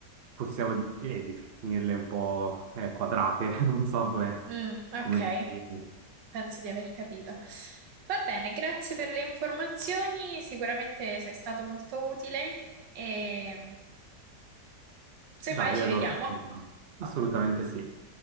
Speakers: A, on the right; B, on the right.
A: possiamo eh, definirle un po' eh, quadrate, <laughs> non so come,
B: Mm, ok,
A: come dirle.
B: penso di aver capito. Va bene, grazie per le informazioni, sicuramente sei stato molto utile e semmai
A: Dai,
B: ci
A: allora,
B: vediamo.
A: assolutamente sì.